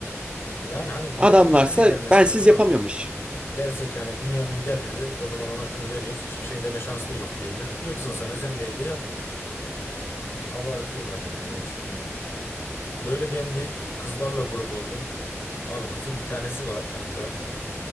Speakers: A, on the left (about 50°); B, on the right (about 20°).
A: Yani hani milletin
B: Adamlarsa
A: işine de gelmesi
B: bensiz
A: lazım
B: yapamıyormuş.
A: ha. Derse ki hani Bünyamin gelmedi o zaman ona şunu veriyoruz hiçbir şey deme şansı da yok diyebilir. Yıksın sana sen de evde yap. Abartıyorlar ya gerçekten. Böyle ben bir kızlarla grup oldum. Abi kızın bir tanesi var kanka.